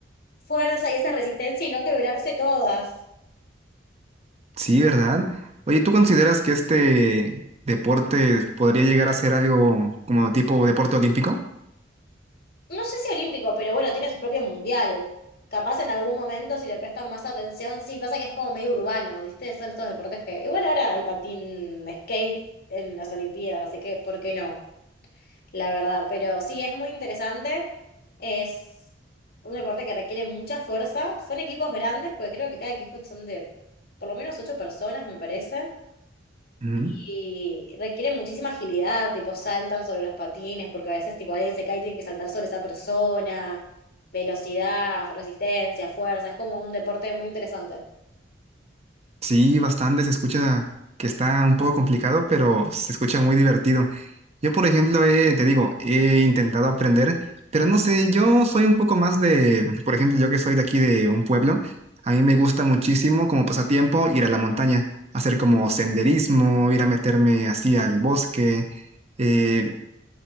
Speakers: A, on the left (about 55°); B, on the right (about 35°).
A: fuerza y esa resistencia y no quebrarse todas?
B: Sí, ¿verdad? Oye, ¿tú consideras que este deporte podría llegar a ser algo como tipo deporte olímpico?
A: No sé si olímpico, pero bueno, tiene su propio mundial. Capaz en algún momento, si le prestan más atención, sí, pasa que es como medio urbano, ¿viste? Son estos deportes que. Igual ahora hay patín skate en las Olimpiadas, así que ¿por qué no? La verdad, pero sí, es muy interesante. Es un deporte que requiere mucha fuerza. Son equipos grandes, porque creo que cada equipo son de por lo menos ocho personas, me parece.
B: Ujú.
A: Y requiere muchísima agilidad, tipo saltan sobre los patines, porque a veces tipo alguien se cae y tienen que saltar sobre esa persona, velocidad, resistencia, fuerza, es como un deporte muy interesante.
B: Sí, bastante. Se escucha que está un poco complicado, pero se escucha muy divertido. Yo, por ejemplo, he- te digo, he intentado aprender, pero no sé, yo soy un poco más de, por ejemplo, yo que soy de aquí de un pueblo, a mí me gusta muchísimo como pasatiempo ir a la montaña, hacer como senderismo, ir a meterme así al bosque. eh,